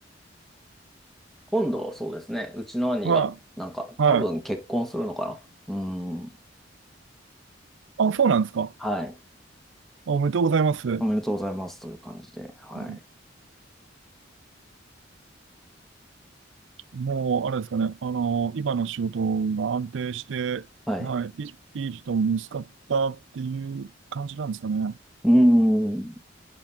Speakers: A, in the centre; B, on the right (about 75°).
A: 今度、そうですね。うちの兄が、
B: は
A: なんか、
B: い。
A: 多分結婚するのかな。
B: はい。
A: うん。
B: あ、そうなんですか。
A: はい。
B: おめでとうございます。う
A: おめでとうございますという感じで。はい。
B: んもう、あれですかね。あの、今の仕事が安定して、
A: はい。
B: はい、いい、いい人も見つかったっていう感じなんですかね。
A: うん。